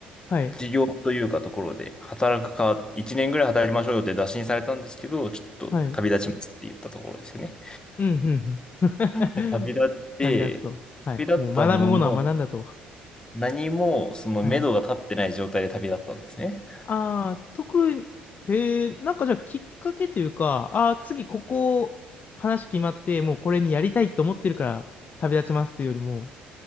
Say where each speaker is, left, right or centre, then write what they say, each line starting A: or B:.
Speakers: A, on the left; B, on the left.
A: はい。
B: 事業というかところで、働くか、1年ぐらい働きましょうよって打診されたんですけど、ちょっと旅立ちますって言ったところですよね。
A: はい。うん、うん、うん。<laughs>
B: で旅立って、
A: 旅立つと。はい。
B: 旅立ったものの、
A: もう学ぶものは学んだと。
B: 何もその目処が立ってない状態で旅立ったんですね。
A: はい。ああ、特に、へえ、なんかじゃあきっかけというか、ああ、次ここ話決まって、もうこれにやりたいと思ってるから旅立ちますというよりも、